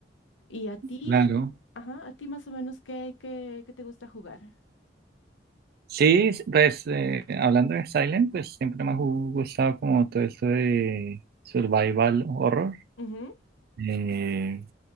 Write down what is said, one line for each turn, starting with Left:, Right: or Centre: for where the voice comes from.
Left: ¿Y a ti,
Right: Claro.
Left: mm, ajá, a ti más o menos qué, qué, qué te gusta jugar?
Right: Sí, pues eh, hablando de Silent, pues siempre me ha ju- gustado como todo esto de survival horror.
Left: Ujú,
Right: Eh,